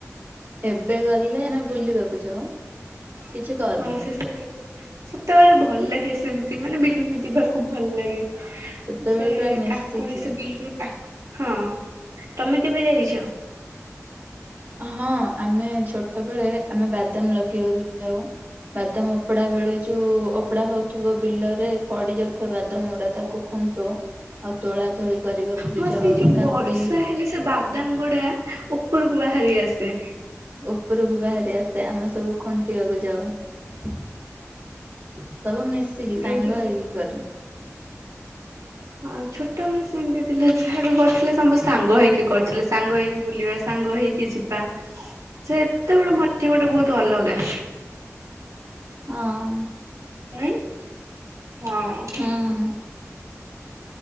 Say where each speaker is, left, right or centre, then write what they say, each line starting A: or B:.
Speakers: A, on the right (about 35°); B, on the right (about 70°).
A: ଏବେ ଗଲେ ଆମେ ବୁଲିବାକୁ ଯାଉ। କିଛି କରୁନା
B: ହଁ ସେ ସବୁ ସେ ସେତେବେଳେ ଭଲ ଲାଗେ ସେମତି ମାନେ ବିଲୁକୁ ଯିବାକୁ ଭଲ ଲାଗେ।
A: ସେତେବେଳେ
B: ସେ
A: ପୁରା ମିଶିକି
B: କାକୁଡି ସେ ବିଲୁରୁ କା ହଁ ତମେ କେବେ ଯାଇଛ?
A: ହଁ ଆମେ ଛୋଟବେଳେ ଆମେ ବାଦାମ ଲଗେଇ କିବାକୁ ଯାଉ ବାଦାମ ଓପଡା ବେଳେ ଯୋଉ ଓପଡା ହଉଥିବ ବିଲରେ ପଡି ଯାଉଥିବା ବାଦାମ ଗୁଡା ତାକୁ ଖୁଣ୍ଟୁ ଆଉ ତୋଳା ତୋଳି କରିବାକୁ ବି
B: ହଁ
A: ଯାଉ
B: ସେଇ ଯୋଉ
A: କାକୁଡ଼ି
B: ବର୍ଷା ହେଲେ ସେ ବାଦାମ ଗୁଡା ଉପରକୁ ବାହାରି ଆସେ।
A: ଉପରକୁ ବାହାରି ଆସେ ଆମେ ସବୁ ଖଣ୍ଟିବାକୁ ଯାଉ। ସବୁ ମିଶିକି ସାଙ୍ଗ
B: ଏଇ ଯୋଉ
A: ହେଇିକି କରୁ।
B: ହଁ। ହଁ ଛୋଟବେଳେ ସେମିତି ଥିଲା ଯାହାବି କରୁଥିଲେ ସବୁ ସାଙ୍ଗ ହେଇକି କରିଥିଲେ ସାଙ୍ଗ ହେଇକି ବୁଲିବା ସାଙ୍ଗ ହେଇ କି ଯିବା ସେତ ବେଳ ମଜା ଗୋଟେ ବହୁତ ଅଲଗା।
A: ହଁ।
B: କାଇଁ ହଁ।
A: ହୁଁ